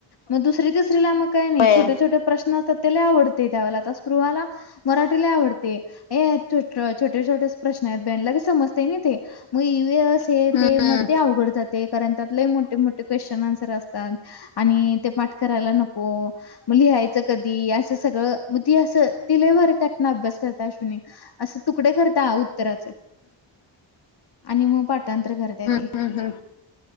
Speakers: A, on the left; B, on the left.
A: मग दुसरी तिसरीला मग काही
B: होय
A: नाही छोटे छोटे प्रश्न असतात त्याला आवडते त्याला आता स्पृहाला. मराठी लई आवडतेय छोटे छोटे प्रश्न आहेत त्यानाला लगेच समजते ना ते. मग इवीअस हे
B: हम्म
A: ते मग ते अवघड जा ते कारण त्यात लई मोठे मोठे क्वेश्न आन्सर असतात. आणि ते पाठ करायला नको म लिहायचं कधी असं सगळं मग ती असं ति लई भारी त्यातन अभ्यास करत्या अश्विनी असं तुकडे करता उत्तराचे. आणि मग पाठांतर करत्या ती.
B: हम्म हम्म.